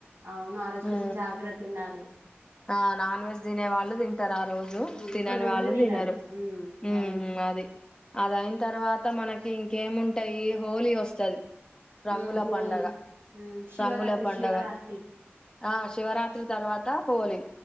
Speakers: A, on the right; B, on the left.
A: అవును ఆ రోజు
B: హ
A: కొంచెం జాగ్రత్త ఉండాలి
B: ఆ నాన్ వెజ్ తినే వాళ్ళు తి తింటారు ఆ రోజు
A: ఉమ్
B: తినని
A: కొంతమంది
B: వాళ్ళు తినరు
A: ఉమ్
B: ఉ
A: అవును
B: అది అదయిన తర్వాత మనకి ఇంకేముంటాయి హోలీ వస్తది రంగుల
A: ఉమ్ హోలీ
B: పండగ
A: ఉమ్ శివరాత్రి
B: రంగుల పండుగ
A: శివరాత్రి
B: ఆ శివరాత్రి తర్వాత హోలీ